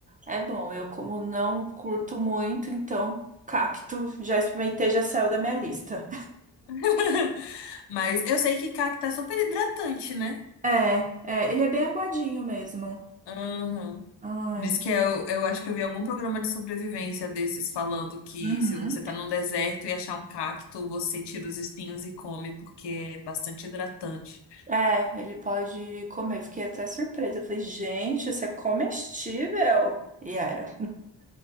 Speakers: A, on the right; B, on the left.
A: é bom. Eu, como não curto muito, então, cacto já experimentei, já saiu da minha lista.
B: <laughs> Mas eu sei que cacto é super hidratante, né?
A: É, é, ele é bem aguadinho mesmo.
B: Aham.
A: Ai.
B: Diz que eu, eu acho que eu vi algum programa de sobrevivência desses falando que
A: Uhum.
B: se você tá num deserto e achar um cacto, você tira os espinhos e come, porque é bastante hidratante.
A: É, ele pode comer. Fiquei até surpresa. Eu falei, gente, isso é comestível. E era.